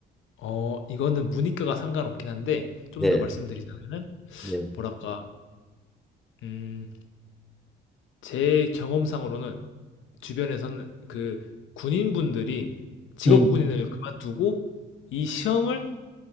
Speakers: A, on the left (about 80°); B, in the centre.
A: 어, 이거는 문이과가 상관없긴 한데, 좀
B: 네,
A: 더 말씀드리자면은,
B: 네.
A: 뭐랄까, 음, 제 경험상으로는 주변에서는 그 군인분들이 직업
B: 음.
A: 군인을 그만두고 이 시험을